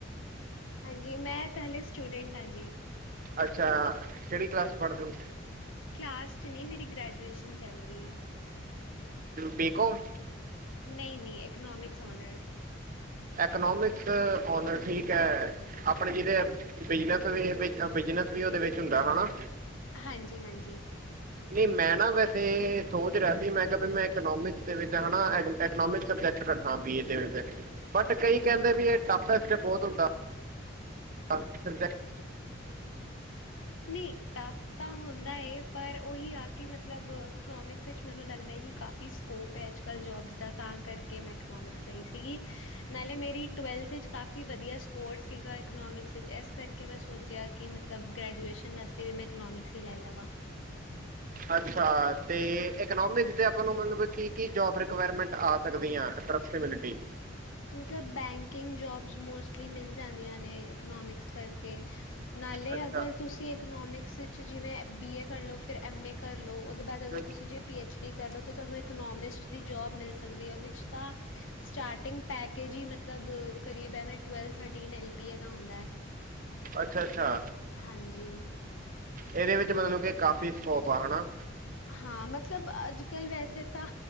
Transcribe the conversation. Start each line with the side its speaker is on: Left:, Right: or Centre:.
Left: ਹਾਂਜੀ ਮੈਂ ਤਾ ਹਲੇ ਸਟੂਡੈਂਟ ਹਾਂ ਜੀ।
Right: ਅੱਛਾ ਕੇੜੀ ਕਲਾਸ 'ਚ ਪੜ੍ਹਦੇ ਓ
Left: ਕਲਾਸ 'ਚ ਨਈ ਮੇਰੀ ਗ੍ਰੈਜੂਏਸ਼ਨ ਚੱਲ ਰਈ ਐ।
Right: ਬੀ ਕੋਮ
Left: ਨਈ-ਨਈ ਇਕੋਨੋਮਿਕਸ ਔਨਰਸ
Right: ਐਨੋਮਿਕਸ ਔਨਰ ਠੀਕ ਹੈ। ਆਪਣੇ ਜਿਦੇ ਬਿਜਨਸ-ਬਿਜਨਸ ਵੀ ਉਹਦੇ ਵਿੱਚ ਹੁੰਦਾ ਹਨਾ।
Left: ਹਾਂਜੀ-ਹਾਂਜੀ
Right: ਨਈ ਮੈਂ ਨਾ ਵੈਸੇ ਸੋਚ ਰਿਆ ਸੀ ਮੈਂ ਕਿਆ ਵੀ ਮੈਂ ਇਕਨੋਮਿਕਸ ਦੇ ਵਿੱਚ ਹੈਨਾ ਐਗ ਇਕਨੋਮਿਕ ਸਬਜੈਕਟ ਰੱਖਾਂ ਬੀਏ ਦੇ ਵਿਚ ਬਟ ਕਈ ਕੈਂਦੇ ਵੀ ਇਹ ਟਫ ਬੋਤ ਹੁੰਦਾ। ਹਾਂਜੀ ਸਬਜੈਕਟ
Left: ਨਈ ਟਫ ਤਾਂ ਹੁੰਦਾ ਏ ਪਰ ਉਹੀ ਆ। ਕਿ ਮਤਲਬ ਇਕਨੋਮਿਕਸ ਵਿੱਚ ਮੈਨੂੰ ਲੱਗਦਾ ਹੈ ਕਿ ਕਾਫੀ ਸਕੋਪ ਹੈ ਅੱਜਕੱਲ ਜੋਬਸ ਦਾ ਤਾਂ ਕਰ ਕੇ ਮੈਂ ਇਕਨੋਮਿਕਸ ਲਈ ਸੀਗੀ। ਨਾਲੇ ਮੇਰੀ ਟਵੈਲਥ ਵਿਚ ਕਾਫੀ ਵਧੀਆ ਸਕੋਰ ਸੀਗਾ ਇਕਨੋਮਿਕਸ ਵਿੱਚ ਇਸ ਕਰਕੇ ਮੈਂ ਸੋਚਿਆ ਕਿ ਮਤਲਬ ਗ੍ਰੈਜੁਏਸ਼ਨ ਆਸਤੇ ਵੀ ਮੈਂ ਇਕਨੋਮਿਕਸ ਈ ਲੈ ਲਾਵਾਂ।
Right: ਅੱਛਾ ਤੇ ਇਕਨੋਮਿਕਸ ਦੇ ਆਪਾਂ ਨੂੰ ਮਤਲਬ ਕੀ-ਕੀ ਜੋਬ ਰਿਕੁਆਇਰਮੈਂਟ ਆ ਸਕਦੀਆਂ ਐਪਰੋਕਸਿਮਿਲਿਟੀ
Left: ਮਤਲਬ ਬੈਂਕਿੰਗ ਜੋਬਸ ਮੋਸਟਲੀ ਮਿਲ ਜਾਂਦੀਆਂ ਨੇਂ ਇਕਨੋਮਿਕਸ ਕਰਕੇ ਨਾਲੇ
Right: ਅੱਛਾ
Left: ਅਗਰ ਤੁਸੀ ਇਕਨੋਮਿਕਸ 'ਚ ਜਿਵੇਂ ਬੀ ਏ ਕਰ ਲਓ ਫਿਰ ਐੱਮ ਏ ਕਰ ਲਉ, ਉਹਦੇ ਬਾਅਦ ਅਗਰ
Right: ਹਮ,
Left: ਤੁਸੀ ਜੇ ਪੀ ਐੱਚ ਡੀ ਕਰ ਲਓ ਤੇ ਤੁਹਾਨੂੰ ਇਕਨੋਮਿਸਟ ਦੀ ਜੋਬ ਮਿਲ ਸਕਦੀ ਹੈ। ਉਹਦੇ 'ਚ ਤਾਂ ਸਟਾਰਟ ਟਿੰਗ ਪੈਕੇਜ ਹੀ ਮਤਲਬ ਕਰੀਬ ਐਵੇਂ ਟਵੈਲ ਥਰਟੀਨ ਐੱਲ ਪੀ ਏ ਦਾ ਹੁੰਦਾ।
Right: ਅੱਛਾ-ਅੱਛਾ
Left: ਹਾਂਜੀ
Right: ਇਹਦੇ ਵਿੱਚ ਮਤਲਬ ਕਿ ਕਾਫੀ ਸਕੋਪ ਆ ਹਨਾ।
Left: ਹਾਂ ਮਤਲਬ ਅੱਜ ਕੱਲ ਵੈਸੇ ਤਾਂ